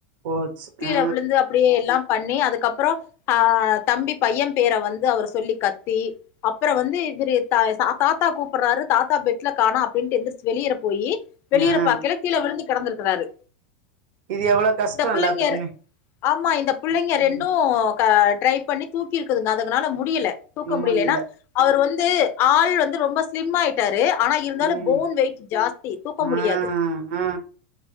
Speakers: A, on the right (about 65°); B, on the left (about 45°).
A: போச்சு
B: கீழ
A: ஆ
B: விழுந்து அப்படியே எல்லா பண்ணி அதுக்கப்றோ ஆ தம்பி பைய பேர வந்து அவரு சொல்லி கத்தி அப்றோ வந்து இவருதா தாத்தா கூப்பறாரு தாத்தா பெட்ல காணோ அப்டின்டு எந்துருச்சு வெளியில போயி வெளியில
A: ஆ
B: பாக்கயில கீழ விழுந்து கெடந்திருக்கறாரு
A: இது எவ்ளோ கஷ்டோ
B: இந்த பிள்ளைங்க
A: எல்லாத்துக்குமே
B: ஆமா இந்த பிள்ளைங்க
A: ம்
B: ரெண்டு ட்ரை பண்ணி தூக்கிருக்குதுங்க அதுகனால முடியல தூக்க
A: ம்
B: முடியல
A: முடில
B: என்னா அவரு வந்து ஆள் வந்து ரொம்ப ஸ்லிம் ஆயிட்டாரு ஆனா இருந்தாலு
A: ம்
B: போன் வெயிட் ஜாஸ்தி தூக்க முடியாது
A: ஆ ஆ